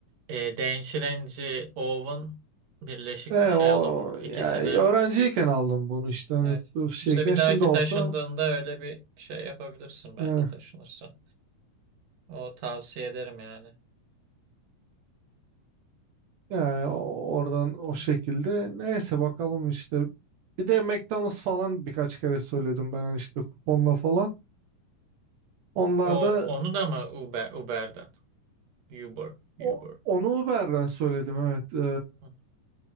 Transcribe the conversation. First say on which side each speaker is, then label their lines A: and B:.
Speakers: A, on the right (about 55°); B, on the right (about 75°).
A: e,電子renci, oven birleşik
B: E,
A: bir şey
B: o
A: alıp ikisini
B: yani öğrenciyken aldım bunu işte hani
A: evet.
B: bu şeyken
A: İşte bir
B: şimdi
A: dahaki
B: olsa
A: taşındığında öyle bir şey yapabilirsin belki
B: e,
A: taşınırsan. O tavsiye ederim yani.
B: yani o- oradan o
A: Hı
B: şekilde neyse
A: hı.
B: bakalım işte. Bir de McDonald's falan birkaç kere söyledim ben hani işte kuponla falan. Onlar
A: O
B: da
A: onu da mı Uber Uber'den? Uber,
B: o-
A: Uber.
B: onu Uber'den söyledim evet. E,
A: Hı,